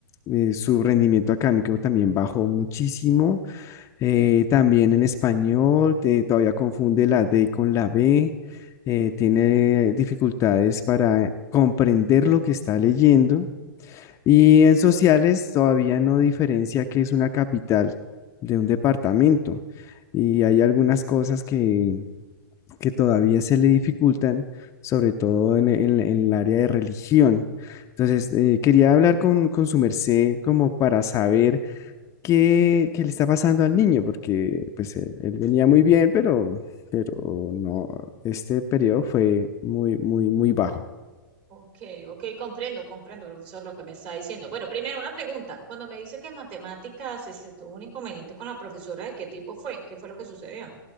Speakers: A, on the left; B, on the right.
A: eh, su rendimiento académico también bajó muchísimo. Eh, también en español, eh, todavía confunde la D con la B, eh, tiene dificultades para comprender lo que está leyendo y en sociales todavía no diferencia qué es una capital de un departamento y hay algunas cosas que, que todavía se le dificultan, sobre todo en, en- en el área de religión. Entonces, eh, quería hablar con, con su merced como para saber qué, qué le está pasando al niño, porque pues él, él venía muy bien, pero, pero no, este periodo fue muy, muy, muy bajo.
B: Ok, ok, comprendo, comprendo, profesor, lo que me está diciendo. Bueno, primero una pregunta. Cuando me dice que en matemáticas este, tuvo un inconveniente con la profesora, ¿de qué tipo fue? ¿Qué fue lo que sucedió?